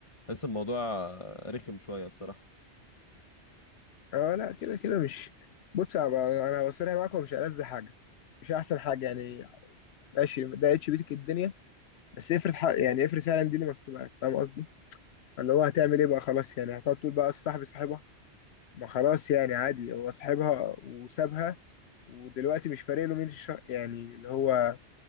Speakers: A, on the left; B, on the left.
A: بحس الموضوع آه، رخم شويه الصراحه
B: اه لا كده كده مش بص انا بقى- أنا بصريح معاك هو مش ألذ حاجه مش احسن حاجه يعني ماشي ما ضايقتش بيتك الدنيا بس افرض حق يعني افرض فعلا دي اللي مكتوبه لك فاهم قصدي اللي هو هتعمل ايه بقى خلاص يعني هتقعد تقول بقى صاحبي صاحبها ما خلاص يعني عادي هو صاحبها وسابها ودلوقتي مش فارق له مين الشخص يعني اللي هو